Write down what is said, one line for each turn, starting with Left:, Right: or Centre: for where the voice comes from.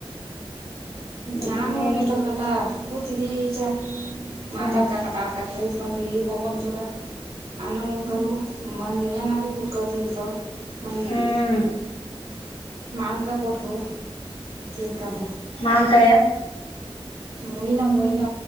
Right: ನಾನು
Left: ಇನ್ನೇನು
Right: ಹೋಗಿ ಇಷ್ಟೊದ್ ಗಂಟ. ಕುೂತ್ದೀಚ. ಮಾತವ
Left: ಹ್ಮ್
Right: ಕ. <unintelligible> ಕಕೂ ಉತ್ಕೊಂಡಂದುು ಹಿ ಹಕ ಚೂರ. ಅನ್ನ ಮುಕಂದು.
Left: ಹ್ಮ್
Right: ಮನೆ ಏ. <unintelligible> ಮಗಿದ
Left: ಹ್ಮ್
Right: ಮಾನ್ಕ ಕೊಟ್ಟರು. ನ್ ಕಂಡ.
Left: ಮಾನ್ಕಾಯ
Right: ಮುಯನ ಮಯನ.